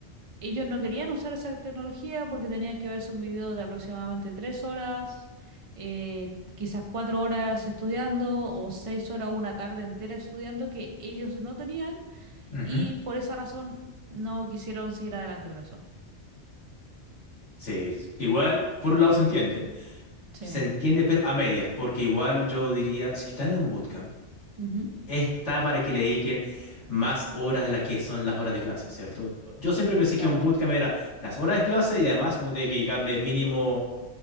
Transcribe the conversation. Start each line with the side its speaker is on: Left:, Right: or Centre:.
Right: ellos no querían usar esa tecnología porque tenían que verse un video de aproximadamente tres horas, eh, quizás cuatro horas estudiando o seis horas, una tarde entera estudiando que ellos no tenían
Left: ujú.
Right: y por esa razón no quisieron seguir adelante con eso.
Left: Sí, es- igual, por un lado se entiende.
Right: Sí.
Left: Se entiende, pero a medias, porque igual yo diría, si que están en un bootcamp,
Right: Ujú.
Left: está para que le dediquen más horas de las que son las horas de clase, ¿cierto? Yo siempre pensé
Right: Exacto.
Left: que un bootcamp era las horas de clase y además uno tiene que dedicarle mínimo.